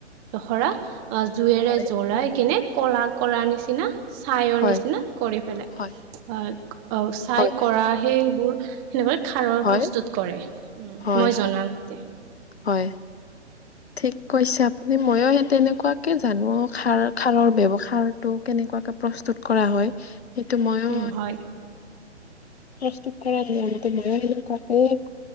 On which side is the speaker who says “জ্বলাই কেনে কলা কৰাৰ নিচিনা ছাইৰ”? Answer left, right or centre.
Right